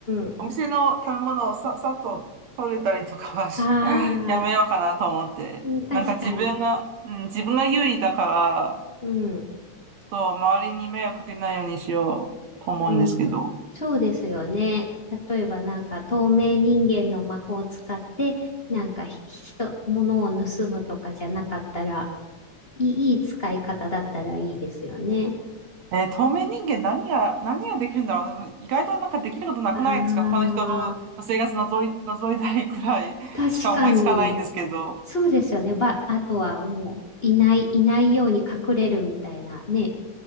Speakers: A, on the left (about 20°); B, on the right (about 65°).
A: ん。あ
B: お店の食べ物をさ、さっと取れたりとかはし
A: あ、
B: <laughs> やめようかなと思って。
A: うん確かに。
B: なんか自分が、うん、自分が優位だから、
A: うん。
B: そう、周りに迷惑かけないようにしようと思うんですけど。
A: うん。そうですよね。例えばなんか透明人間の魔法を使って、なんかひ人、物を盗むとかじゃなかったら、いい、いい使い方だったらいいですよね。
B: えー透明人間何が、何ができるんだろう。でも意外となんかできることなくないですか他の人の生活のぞい、
A: ああ、
B: 覗いたりくらいしか思いつかないんですけど。
A: 確かに。そうですよね。ば、あとはもう、いない、いないように隠れるみたいなね、